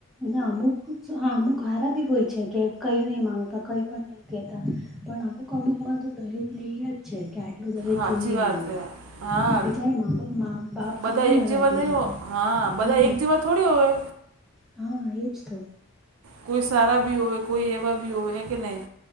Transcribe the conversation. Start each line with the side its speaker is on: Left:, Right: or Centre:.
Centre: ને અમુક હા અમુક હારા બી હોય છે કે કઈ નઈ માંગતા કઈ પણ નહી. કેતા પણ અમુક અમુક મા તો દહેજ લેયજ. છે કે આટલું દહેજ
Right: સાચી
Centre: જોઈએ હમને
Right: વાત છે હા
Centre: બિચાર મા બાપ માં બાપ
Right: બધા
Centre: ક્યાંથી
Right: એક
Centre: લાવે
Right: જેવા
Centre: આટલું
Right: નહીં
Centre: બધું.
Right: હો હા
Centre: હમ
Right: બધા એક જેવા થોડી હોવે.
Centre: હા એજ તો
Right: કોઈ સારા ભી હોવે કોઈ એવા ભી હોવે હ કે નહી.